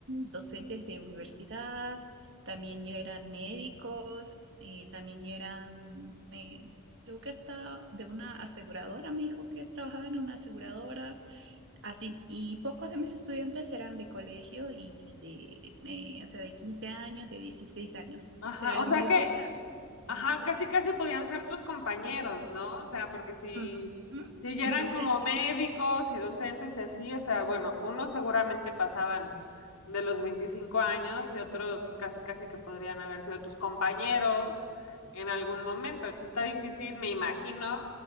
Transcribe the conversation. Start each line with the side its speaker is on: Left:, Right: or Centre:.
Right: docentes de universidad, también ya eran médicos, eh, también ya eran, eh, creo que hasta de una aseguradora, me dijo que trabajaba en una aseguradora. Así, y pocos de mis estudiantes eran de colegio y de, de, o sea, de 15 años, de 16 años,
Left: Ajá,
Right: pero la
Left: o sea
Right: mayoría
Left: que,
Right: era adultos.
Left: Ajá, casi casi podían ser tus compañeros, ¿no? O sea, porque si,
Right: Ujú.
Left: si ya
Right: Mis
Left: eran
Right: docentes.
Left: como médicos y docentes y así, o sea, bueno, unos seguramente pasaban de los 25 años y otros casi casi que podrían haber sido tus compañeros en algún momento. Entonces está difícil, me imagino,